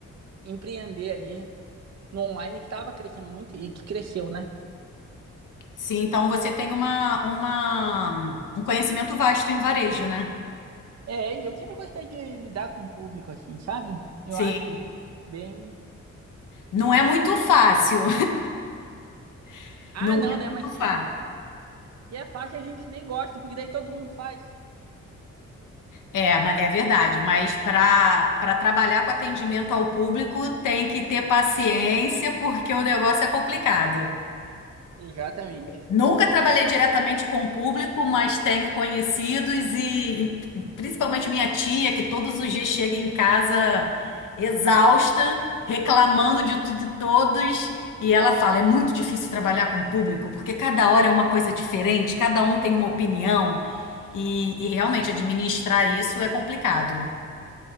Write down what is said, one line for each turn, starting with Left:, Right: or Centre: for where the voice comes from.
Right: empreender ali no online que estava crescendo muito e que cresceu, né?
Left: Sim, então você tem uma, uma, um conhecimento vasto em varejo, né?
Right: É, e eu sempre gostei de lidar com o público, assim, sabe? Eu
Left: Sim,
Right: acho bem.
Left: não é muito fácil, <laughs>
Right: Ah,
Left: não
Right: não,
Left: é
Right: né?
Left: muito
Right: Mas
Left: fácil.
Right: que é fácil a gente nem gosta, porque daí todo mundo faz.
Left: É, ma- é verdade, mas para para trabalhar com atendimento ao público tem que ter paciência porque o negócio é complicado.
Right: Exatamente.
Left: Nunca trabalhei diretamente com o público, mas tenho conhecidos e e principalmente minha tia, que todos os dias chega em casa exausta, reclamando de tudo e todos. E ela fala: é muito difícil trabalhar com o público, porque cada hora é uma coisa diferente, cada um tem uma opinião. E, e realmente administrar isso é complicado.